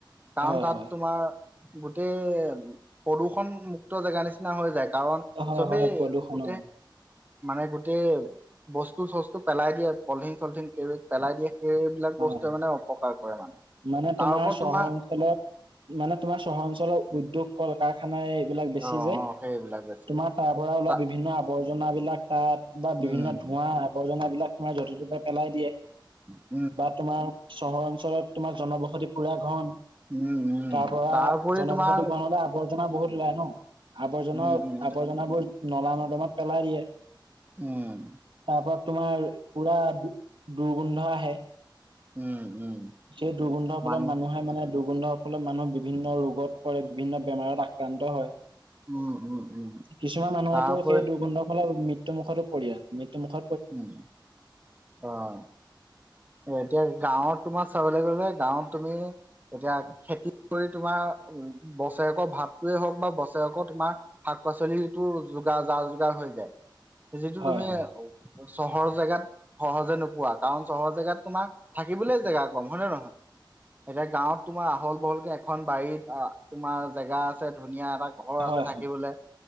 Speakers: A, on the right; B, on the right.
A: কাৰণ
B: হয়
A: তাত
B: হয়,
A: তোমাৰ গোটেই প্ৰদূষণ মুুক্ত জেগা নিচিনা হৈ যায় কাৰণ
B: হয়
A: চবেই
B: হয় প্ৰদূষণ
A: গোটেই।
B: অ,
A: মানে গোটেই বস্তু চস্তু পেলাই দিয়ে পলিথিন চলথিন কেৰিবাগ পেলাই দিয়ে সেই সেইবিলাক
B: হয়
A: বস্তুৱে মানে অপকাৰ কৰে মানু্হক,
B: মানে তোমাৰ
A: তাৰ ওপৰত
B: চহৰ
A: তোমা
B: অঞ্চলত মানে তোমাৰ চহৰ অঞ্চলৰ উদ্যোগ কল কাৰখানাই এইবিলাক বেছি
A: অ
B: যে।
A: অ সেইবিলাক বেছি
B: তোমাৰ তাৰ পৰা ওলোৱা
A: তা
B: বিভিন্ন আৱৰ্জনাবিলাক তাত বা
A: উম
B: বিভিন্ন ধোঁৱা আৱৰ্জনাবিলাক। তোমাৰ য'তে ত'তে পেলাই দিয়ে।
A: উম।
B: বা তোমাৰ চহৰ অঞ্চলত তোমাৰ জনবসতি পুৰা ঘন।
A: উম উম
B: তাৰ পৰা
A: তাৰপৰি
B: জনবসতি
A: তোমাৰ
B: ঘন হ'লে আৱৰ জনা বহুত ওলায় ন, আৱৰ্জনা,
A: উম উম
B: আৱৰ্জনাবোৰ নলা নৰ্দমাত পেলাই দিয়ে।
A: উম
B: তাৰ পৰা তোমাৰ পুৰা দু-দুৰ্গোন্ধ আহে।
A: উম, উম।
B: সেই দুৰ্গন্ধৰ ফলত
A: মান
B: মানুহে মানে দুৰ্গন্ধৰ ফলত মানুহ বিভিন্ন ৰোগত পৰে বিভিন্ন বেমাৰত আক্ৰান্ত হয়।
A: উম উম উম
B: কিছুমান মানুহতো
A: তাৰপৰি
B: সেই দুৰ্গোন্ধৰ ফলত মৃত্যুৰ মুুখতো পৰি আছে মৃত্যুৰ মুখত।
A: উম, অ'। এতিয়া গাঁৱত তোমাৰ চাবলৈ গ'লে গাঁৱত তুমি এতিয়া খেতি কৰি তোমাৰ উম, বছৰেকৰ ভাতটোৱে হওঁক বা বছৰেকৰ তোমা শাক পাচলিটো যোগাৰ যা যোগাৰ হৈ যায়, যিটো
B: হয়
A: তুমি
B: হয়
A: চহৰৰ জেগাত সহজে নোপোৱা কাৰণ চহৰ জেগাত তোমাৰ থাকিবলৈ জেগা কম হয় নে নহয়। এতিয়া গাঁৱত তোমাৰ আহল বহলকে এখন বাৰীত অ', তোমাৰ জেগা আছে, ধুনীয়া এটা ঘৰ আছে
B: হয়
A: থাকিবলৈ,
B: হয়